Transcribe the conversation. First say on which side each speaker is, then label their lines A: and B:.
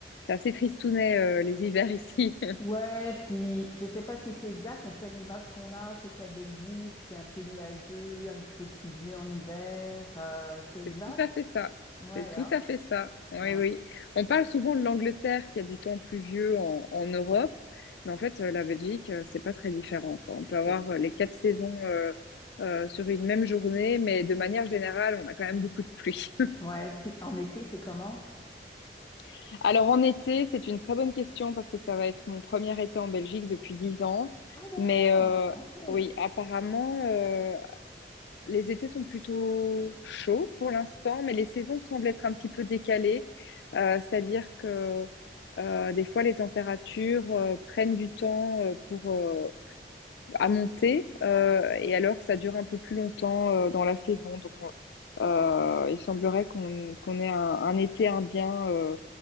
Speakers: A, on the left; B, on the left.
A: c'est assez tristounet, euh, les hivers <laughs> ici.
B: Ouais, puis je sais pas si c'est exact, mais tu sais, l'image qu'on a, c'est que la Belgique, c'est un peu nuageux, un petit peu pluvieux en hiver. euh, c'est exact?
A: C'est tout à fait ça.
B: Ouais,
A: C'est tout
B: hein?
A: à fait ça. Oui,
B: Hein,
A: oui. On parle souvent de l'Angleterre qui a du temps pluvieux en, en Europe, mais en fait, euh, la Belgique, euh, c'est pas très différent, quoi. On peut avoir
B: c'est,
A: euh, les quatre saisons euh, euh, sur une même journée, mais de manière générale, on a quand même beaucoup de pluie.
B: ouais, puis en été, c'est comment?
A: <laughs> Alors en été, c'est une très bonne question parce que ça va être mon premier été en Belgique depuis 10 ans.
B: Ah, d'accord.
A: Mais euh,
B: OK.
A: oui, apparemment, euh, Les étés sont plutôt chauds pour l'instant, mais les saisons semblent être un petit peu décalées. Euh, c'est-à-dire que euh, des fois, les températures euh, prennent du temps euh, pour euh, à monter, euh, et alors ça dure un peu plus longtemps euh, dans la saison. Donc, on- euh, il semblerait qu'on qu'on ait un, un été indien euh,